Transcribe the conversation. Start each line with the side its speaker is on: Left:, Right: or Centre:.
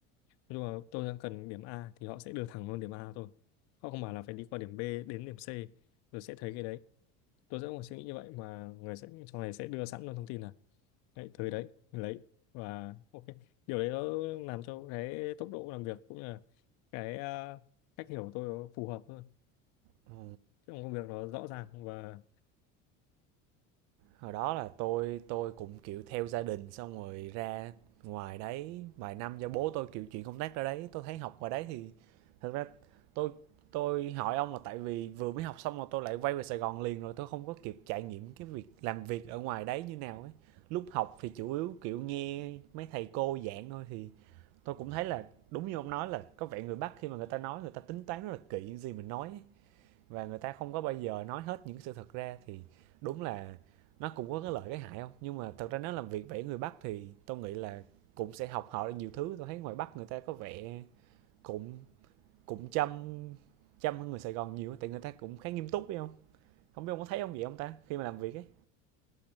Left: nhưng mà tôi đang cần điểm A thì họ sẽ đưa thẳng luôn điểm A thôi họ không bảo là phải đi qua điểm B đến điểm C rồi sẽ thấy cái đấy tôi sẽ có một suy nghĩ như vậy mà người sẽ trong này sẽ đưa sẵn luôn thông tin là đấy tới đấy lấy và ok điều đấy nó làm cho cái tốc độ làm việc cũng như là cái ờ, cách hiểu của tôi nó phù hợp hơn
Right: Ừ.
Left: trong công việc nó rõ ràng và
Right: hồi đó là tôi tôi cũng kiểu theo gia đình xong rồi ra ngoài đấy vài năm do bố tôi kiểu chuyển công tác ra đấy tôi thấy học ngoài đấy thì thật ra tôi tôi hỏi ông là tại vì vừa mới học xong mà tôi lại quay về Sài Gòn liền rồi tôi không có kịp trải nghiệm cái việc làm việc ở ngoài đấy như nào ấy lúc học thì chủ yếu kiểu nghe mấy thầy cô giảng thôi thì tôi cũng thấy là đúng như ông nói là có vẻ người Bắc khi mà người ta nói người ta tính toán rất là kỹ những gì mình nói ấy và người ta không có bao giờ nói hết những sự thật ra thì đúng là nó cũng có cái lợi cái hại không nhưng mà thật ra nếu làm việc vẽ người Bắc thì tôi nghĩ là cũng sẽ học họ nhiều thứ tôi thấy ngoài Bắc người ta có vẻ cũng cũng chăm chăm hơn người Sài Gòn nhiều tại người ta cũng khá nghiêm túc phải không không biết ông có thấy không vậy ông ta khi mà làm việc ấy